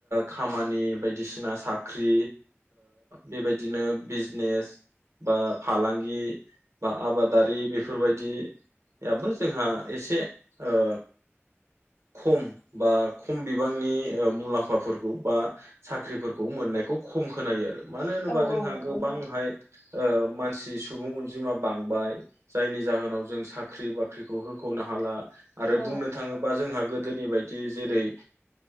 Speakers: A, on the right; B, on the left.
A: खामानि बायदिसिना साख्रि बेबायदिनो बिजनेस बा फालांगि बा आबादारि बेफोरबायदियाबो जोंहा एसे ओ खम बा खम बिबांनि मुलाम्फाफोरखौ बा साख्रिफोरखौ मोननायखौ खम खोनायो आरो मानो होनोबा
B: औ
A: जोंहा
B: औ नंगौ
A: गोबांहाय
B: नोंथां
A: मानसि सुबुं अनजिमा बांबाय जायनि जाहोनाव जों साख्रि बाख्रिखौ हो नो हाला आरो
B: औ
A: बुंनो थाङो बा जोंहा गोदोनि बायदि जेरै